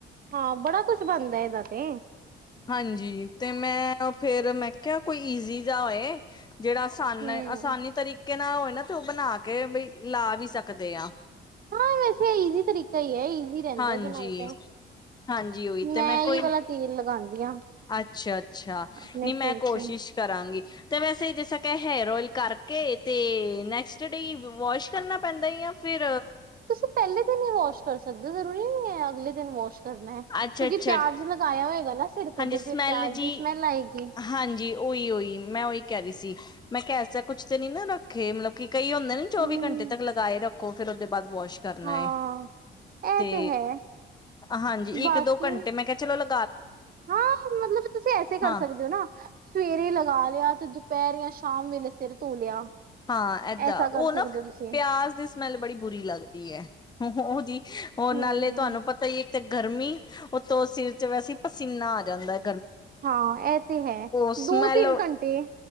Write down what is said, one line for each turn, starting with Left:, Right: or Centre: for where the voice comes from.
Right: ਹਾਂ ਬੜਾ ਕੁਛ ਬਣਦਾ ਏਦਾ ਤੇ
Left: ਹਾਂਜੀ ਤੇ ਮੈਂ ਫੇਰ ਮੈਂ ਕਿਹਾ ਕੋਈ ਈਜ਼ੀ ਜਾਹਾ ਹੋਏ ਜਿਹੜਾ ਆਸਾਨ
Right: ਹੂੰ।
Left: ਆਸਾਨੀ ਤਰੀਕੇ ਨਾਲ ਹੋਵੇ ਨਾ ਤੇ ਉਹ ਬਣਾ ਕੇ ਬਈ ਲਾ ਵੀ ਸਕਦੇ ਆ
Right: ਹਾਂ ਵੈਸੇ ਈਜ਼ੀ ਤਰੀਕਾ ਹੀ ਹੈ ਈਜ਼ੀ ਰਹਿੰਦਾ
Left: ਹਾਂਜੀ
Right: ਇਹਦੇ ਨਾਲ ਤੇ
Left: ਹਾਂਜੀ ਉਹੀ ਤੇ
Right: ਮੈਂ ਹੀ
Left: ਕੋਈ
Right: ਵਾਲਾ ਤੇਲ ਲਗਾਉਂਦੀ ਹਾਂ
Left: ਅੱਛਾ ਅੱਛਾ
Right: ਆਪਣੇ
Left: ਨੀ
Right: ਸਿਰ
Left: ਮੈਂ ਕੋਸ਼ਿਸ਼
Right: 'ਚ
Left: ਕਰਾਂਗੀ ਤੇ ਵੈਸੇ ਜੈਸਾ ਕ ਹੇਅਰ ਓਇਲ ਕਰਕੇ ਤੇ ਨੈਕਸਟ ਡੇ ਵਾਸ਼ ਕਰਨਾ ਪੈਂਦਾ ਆ ਫੇਿਰ
Right: ਤੁਸੀਂ ਪਹਿਲੇ ਦਿ ਵਾਸ਼ ਕਰ ਸਕਦੇ ਜ਼ਰੂਰੀ ਨੀ ਹੈ ਅਗਲੇ ਦਿਨ ਵਾਸ਼ ਕਰਨਾ ਹੈ ਕਿਉਂਕਿ
Left: ਅੱਛਾ ਅੱਛਾ
Right: ਪਿਆਜ ਲਗਾਇਆ ਹੋਏਗਾ ਨਾ ਸਿਰ ਤੇ
Left: ਹਾਂਜੀ
Right: ਤੇ
Left: ਸਮੈਲ
Right: ਫਿਰ ਪਿਆਜ
Left: ਜੀ
Right: ਦੀ ਸਮੈਲ ਆਏਗੀ
Left: ਹਾਂਜੀ ਉਹੀ ਉਹੀ ਮੈਂ ਉਹੀ ਕਹਿ ਰਹੀ ਸੀ। ਮੈਂ ਕਹਿ ਐਸਾ ਕੁੱਛ ਤੇ ਨੀ ਨਾ ਰੱਖੇ ਮਤਲਬ ਕਿ ਕਈ ਹੁੰਦੇ ਨਾ ਚੌਵੀ
Right: ਹਮ
Left: ਘੰਟੇ ਤੱਕ ਲਗਾਏ ਰੱਖੋ ਫੇਰ ਉਹਦੇ ਬਾਦ ਵੋਸ਼ ਕਰਨਾ
Right: ਹਾਂ
Left: ਏ।
Right: ਇਹ
Left: ਤੇ
Right: ਹੈ
Left: ਹਾਂਜੀ
Right: ਬਾਕੀ
Left: ਇੱਕ ਦੋ ਘੰਟੇ ਮੈਂ ਕਿਹਾ ਚਲੋ ਲ
Right: ਹਾਂ ਮਲ ਮਤਲਬ ਤੁਸੀਂ ਐਸੇ
Left: ਹਾਂ
Right: ਕਰ ਸਕਦੇ ਹੋ ਨਾ ਸਵੇਰੇ ਲਗਾ ਲਿਆ ਤੇ ਦੁਪਹਿਰ ਯਾਂ ਸ਼ ਸ਼ਾਮ ਵੇਲੇ ਸਿਰ ਧੋ ਲਿਆ।
Left: ਹਾਂ ਏਦਾਂ
Right: ਐਸਾ
Left: ਉਹ
Right: ਕਰ
Left: ਨਾ
Right: ਸਕਦੇ ਹੋ ਤੁਸੀਂ
Left: ਪਿਆਜ ਦੀ ਸਮੈਲ ਬੜੀ ਬੁਰੀ ਲੱਗਦੀ ਅ ਓਹਦੀ ਔਰ
Right: ਹਮ
Left: ਨਾਲੇ ਤੁਹਾਨੂੰ ਪਤਾ ਈ ਇੱਕ ਤੇ ਗਰਮੀ ਉਤੋਂ ਸਿਰ ਚ ਵੈਸੇ ਈ ਪਸੀਨਾ ਆ ਜਾਂਦਾ ਅ
Right: ਹਾਂ ਇਹ ਤੇ ਹੈ
Left: ਸਮੈਲ
Right: ਦੋ ਤਿੰਨ ਘੰਟੇ